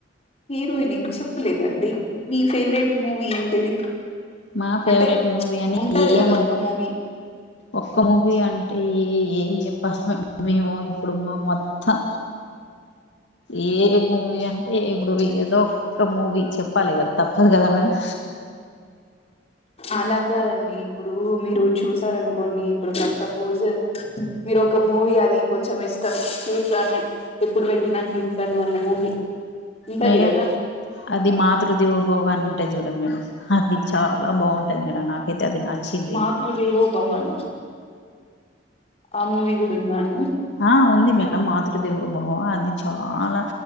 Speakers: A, on the left; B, on the left.
A: హీరోయిన్ ఏం చెప్పలేదండి మీ ఫేవరెట్ మూవీ ఏంటిది
B: మా ఫేవరెట్
A: అంటే
B: మూవీ అని
A: ఉంటది
B: ఏము
A: కదా ఒక మూవీ
B: ఒక్క మూవీ అండి అంటే ఏం చెప్పాస మ మేము ఇప్పుడు మొత్తం ఏ మూవీ అంటే ఇప్పుడు ఏదో ఒక మూవీ చెప్పాలి కదా తప్పదు కదా మేడం
A: అలా కాదండి ఇప్పుడు మీరు చూసారనుకోండి ఇప్పుడు సపోజ్ మీరు ఒక మూవీ అది కొంచెం ఇష్టం చూస్తాను ఎప్పుడు పెట్టినా చూస్తాను అన్న మూవీ ఉంటది
B: మే
A: కదా
B: అది మాతృ దేవోభావ అని అంటే చూడం మేడం అది చాలా బాగుంటది మేడం నాకైతే తద అచ్చిది
A: మాతృదేవో భవాన ఆ మూవీ కూడా ఉందా అండి
B: ఆ ఉంది మేడం మాతృదేవభవ అది చాలా